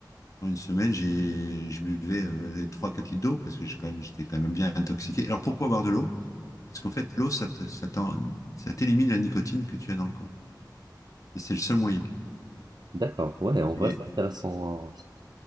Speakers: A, on the left; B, on the right.
A: pendant une semaine, j'ai, je buvais euh, 3-4 litres d'eau parce que j'ai quand même, j'étais quand même bien intoxiqué. Alors pourquoi boire de l'eau? Parce qu'en fait, l'eau, ça te- ça t'en- ça t'élimine la nicotine que tu as dans le corps. Et c'est le seul moyen.
B: d'accord. Ouais, en vrai,
A: Et,
B: c'est intéressant. hein, ça.